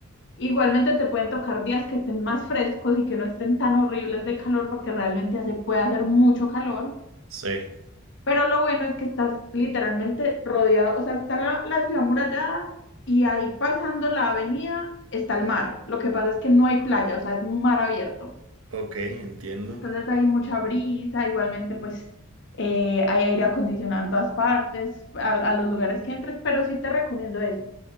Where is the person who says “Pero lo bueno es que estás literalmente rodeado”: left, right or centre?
Left